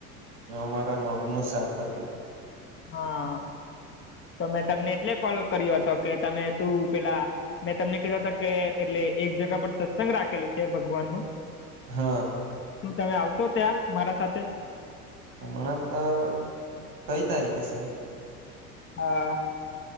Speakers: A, on the right; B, on the left.
A: અમારે મગનું શાક હતું.
B: હા તો મેં તમને એટલે કોલ કર્યો હતો કે તમે શું પેલા? મેં તમને કેતા હતા કે એટલે એક જગા પર સત્સંગ રાખેલું છે ભગવાનનું.
A: હા.
B: શું તમે આવશો ત્યાં મારા સાથે
A: હમણા તો કઈ તારીખે છે?
B: હા.